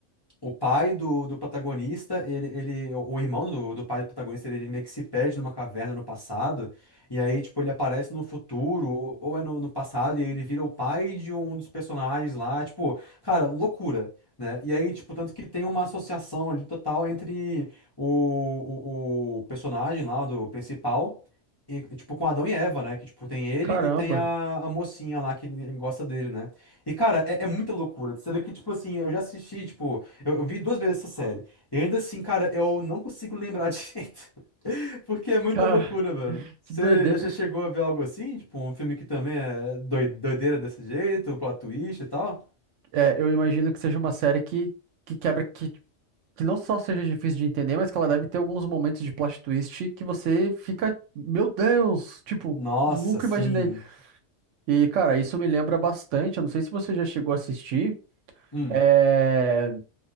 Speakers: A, on the left (about 25°); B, on the right (about 75°).
A: o pai do, do protagonista, ele, ele, o o irmão do, do pai do protagonista, ele, ele meio que se perde numa caverna no passado, e aí, tipo, ele aparece no futuro, ou, ou é no, no passado, e aí ele vira o pai de um dos personagens lá, tipo, cara, loucura. Né? E aí, tipo, tanto que tem uma associação ali total entre o, o, o personagem lá do principal, e, tipo, com Adão e Eva, né? Que, tipo, tem ele
B: Caramba,
A: e tem a, a mocinha lá que gosta dele, né? E, cara, é, é muita loucura. Você vê que, tipo assim, eu já assisti, tipo, eu, eu vi duas vezes essa série. E ainda assim, cara, eu não consigo lembrar direito. <laughs> Porque é muita
B: cara,
A: loucura, velho.
B: <laughs>
A: Você
B: que doideira.
A: já já chegou a ver algo assim? Tipo, um filme que também é doi- doideira desse jeito, plot twist e tal?
B: É, eu imagino que seja uma série que, que quebra, que, que não só seja difícil de entender, mas que ela deve ter alguns momentos de plot twist que você fica, meu Deus, tipo,
A: Nossa,
B: nunca
A: sim.
B: imaginei. E, cara, isso me lembra bastante, eu não sei se você já chegou a assistir,
A: Hum.
B: é,